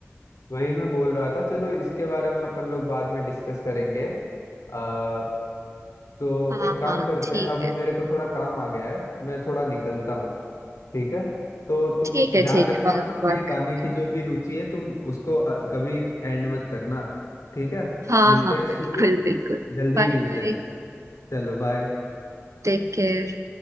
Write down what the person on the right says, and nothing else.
हाँ
हाँ
ठीक
है
ठीक है
ठीक
है बाद
में
बात
करते
हैं
हाँ
हाँ
बिल्कुल
बिल्कुल
Bye
bye
Take care